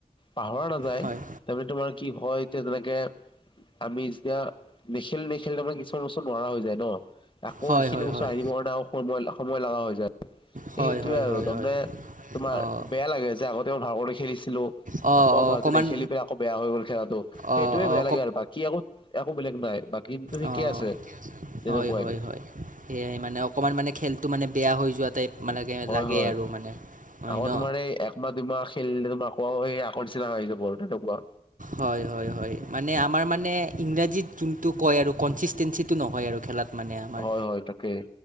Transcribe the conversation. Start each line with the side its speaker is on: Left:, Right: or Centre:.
Left: পাহৰা নাযায়
Right: হয়
Left: তাৰমানে তোমাৰ কি হয় এতিয়া যেনেকে আমি যেতিয়া <unintelligible> তাৰ মানে কিছুমান বস্তু নোৱাৰা হৈ যায় ন আকৌ
Right: হয়
Left: সেইখিনি
Right: হয় হয়
Left: বস্তু আনিব কাৰণে সময় <unintelligible> হৈ যায়
Right: হয়
Left: সেইটোয়ে
Right: হয়
Left: আৰু
Right: হয়
Left: তাৰমানে
Right: হয় হয়
Left: তোমাৰ
Right: অঁ
Left: বেয়া লাগে যে আগতে মই ভালদৰে খেলিছিলো
Right: অঁ
Left: আকৌ
Right: অঁ
Left: মই মাজতে
Right: অকণমান
Left: নেখেলি পেলাই আকৌ বেয়া হৈ গ'ল খেলাটো
Right: অঁ
Left: সেইটোয়ে
Right: অঁ
Left: বেয়া লাগে আৰু কি একো- একো বেলেগ নাই বাকী কিন্তু ঠিকেই
Right: অহ,
Left: আছে তেনেকুৱাই
Right: হয় - হয়-হয় সেয়াই মানে অকমান মানে খেলটো মানে বেয়া হৈ যোৱা টাইপ মানে
Left: হয়
Right: লাগে
Left: -হয়
Right: আৰু মানে হয়
Left: আকৌ
Right: ন
Left: তোমাৰ এই একমাহ -দুমাহ খেলিলে তোমাৰ কোৱা হয় আকৌ নিচিনা আহি যাব আৰু তেনেকুৱা।
Right: হয় -হয়- হয় মানে আমাৰ মানে ইংৰাজীত যোনটো কয় আৰু কনচিষ্টেঞ্চিটো নহয় আৰু খেলাত। মানে আমাৰ
Left: হয় হয় তাকে